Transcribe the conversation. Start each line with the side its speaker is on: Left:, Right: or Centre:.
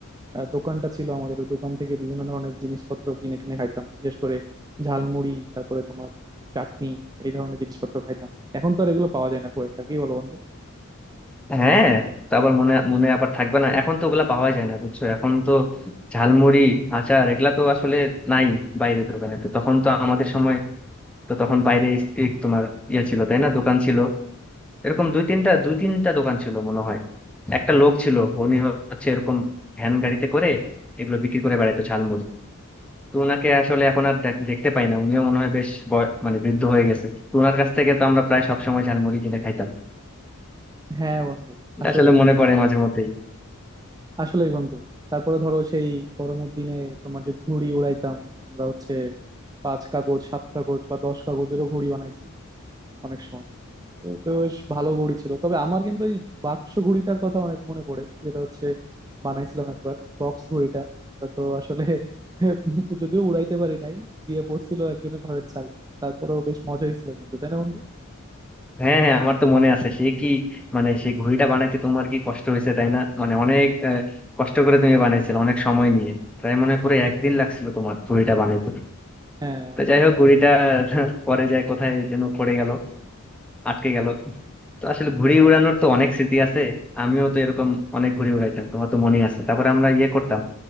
Right: আহ, দোকানটা ছিল আমাদের ওই দোকান থেকে বিভিন্ন ধরনের জিনিসপত্র কিনে কিনে খাইতাম বিশেষ করে ঝালমুড়ি তারপরে তোমার চাটনি এই ধরনের জিনিসপত্র খাইতাম এখন তো আর এগুলো পাওয়া যায় না খুব একটা কি বলো বন্ধু
Centre: হ্যাঁ তা আবার মনে মনে আবার থাকবে না এখন তো ওগুলা পাওয়া যায় না বুঝছো এখন তো ঝালমুড়ি আচার এগুলা তো আসলে নাই বাইরের দোকানে তো তখন তো আমাদের সময় তো তখন বাইরে ইস- ই তোমার ইয়ে ছিল তাই না দোকান ছিল এরকম দুই তিনটা দুই তিনটা দোকান ছিল মনে হয় একটা লোক ছিল উনি হচ্ছে এরকম ভ্যান গাড়িতে করে এগুলো বিক্রি করে বেড়াইতো ঝালমুড়ি তো ওনাকে আসলে এখন আর দেখ- দেখতে পাই না উনিও মনে হয় বেশ বয়- মানে বৃদ্ধ হয়ে গেছে তো ওনার কাছ থেকে তো আমরা প্রায় সবসময় ঝালমুড়ি কিনে খাইতাম
Right: হ্যাঁ বন্ধু
Centre: এটা
Right: আসলেই
Centre: আসলে মনে পড়ে মাঝে মধ্যেই
Right: আসলেই বন্ধু তারপরে ধরো সেই গরমের দিনে তোমার যে ঘুড়ি উড়াইতাম আমরা হচ্ছে পাঁচ কাগজ সাত কাগজ বা দশ কাগজেরও ঘুড়ি বানাইছি অনেক সময় তো তো বেশ ভালো ঘুড়ি ছিল তবে আমার কিন্তু এই বাক্স ঘুড়িটার কথা অনেক মনে পড়ে যেটা হচ্ছে বানাইছিলাম একবার বক্স ঘুড়িটা তা তো আসলে <laughs> যদিও উড়াইতে পারি নাই দিয়ে পড়ছিল একজনের ঘরের চালে তারপরেও বেশ মজা হয়েছিল কিন্তু তাই না বন্ধু
Centre: হ্যাঁ হ্যাঁ আমার তো মনে আছে সেই কি মানে সেই ঘুড়িটা বানাইতে তোমার কি কষ্ট হয়েছে তাই না মানে অনেক আহ, কষ্ট করে তুমি বানাইছিলে অনেক সময় নিয়ে তাই মনে হয় পুরো একদিন লাগছিল তোমার ঘুড়িটা বানাইতে
Right: হ্যাঁ
Centre: তো যাই হোক ঘুড়িটা <laughs> পরে যায় কোথায় যেন পড়ে গেল আটকে গেল তো আসলে ঘুড়ি উড়ানোর তো অনেক স্মৃতি আছে আমিও তো এরকম অনেক ঘুড়ি উড়াইতাম তোমার তো মনে আছে তারপর আমরা ইয়ে করতাম